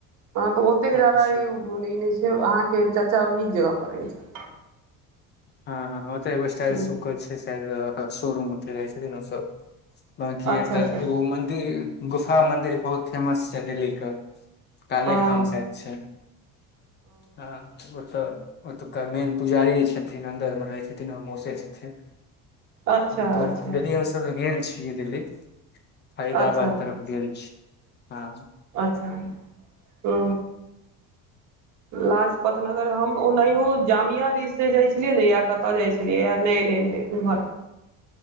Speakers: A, on the right; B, on the left.
A: हाँ तऽ ओतेक
B: अच्छा
A: जादा इ उ ओहन ई नहि छै अहाँ केँ चाचा नीक जगह पर अछि
B: हँ हँ ओतय एगो स्टायल
A: छथिन
B: सुग छै शायद शोरूम ओतल रहै छथिन ओ सब बांकी
A: अच्छा
B: एतऽ
A: अच्छा
B: एगो मन्दिर गुफा मन्दिर बहुत फेमस छै दिल्लीे क काले
A: हँ
B: खम सायद छै हँ <unintelligible> ओतुका मेन पुजारी जे छथिन अन्दर मे रहै छथिन हमर मोसे छथिन
A: अच्छा
B: हं तो
A: अच्छा
B: दीदील
A: अच्छा
B: सभ लग गेल छियै दिल्ली फायदाबाद
A: अच्छा
B: तरफ गेल छी हँ
A: अच्छा ओ लाजपत नगर हम ओ नाहियो जामिया दिस से जाइ छलियै ने या कतऽ जाइ छलियै नहि नहि नहि उम्हर